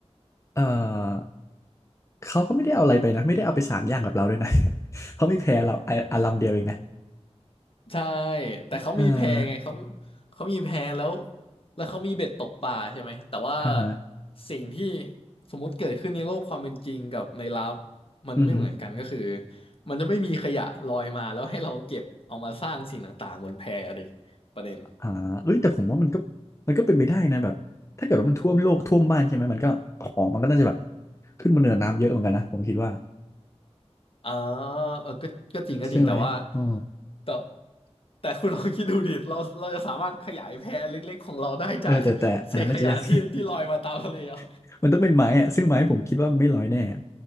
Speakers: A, on the left; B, on the left.
A: เออเขาก็ไม่ได้เอาอะไรไปนะไม่ได้เอาไปสามอย่างกับเราด้วยนะ <laughs> เขามีแพ้เราอะอันลำเดียวเองนะ
B: ใช่แต่เขามีแพไงเขา
A: เออ
B: เขามีแพแล้วแล้วเขามีเบ็ดตกปลาใช่ไหมแต่ว่า
A: อ่าฮะ
B: สิ่งที่สมมุติเกิดขึ้นในโลกความเป็นจริงกับในลับมันไม่เหมือนกันก็คือ
A: อือฮึ
B: มันจะไม่มีขยะลอยมาแล้วให้เราเก็บเอามาสร้างสิ่งต่างๆบนแพดิประเด็น
A: อ่าเอ้ยแต่ผมว่ามันก็มันก็เป็นไปได้นะแบบถ้าเกิดว่ามันท่วมโลกท่วมบ้านใช่ไหมมันก็ของมันก็น่าจะแบบขึ้นมาเหนือน้ำเยอะเหมือนกันนะผมคิดว่า
B: อ่าเออก็ก็จริงก็จริงแต่ว่า
A: ใช่ไหมอ๋อ
B: แต่แต่คุณลองคิดดูดิเราเราจะสามารถขยายแพเล็กๆของเราได้จาก
A: เออแต่แต่อันนั้นน่าจะยาก
B: <laughs> เศษขยะที่ที่ลอยมาตามทะเลเหรอ
A: <laughs> มันต้องเป็นไม้อะซึ่งไม้ผมคิดว่ามันไม่ลอยแน่อะ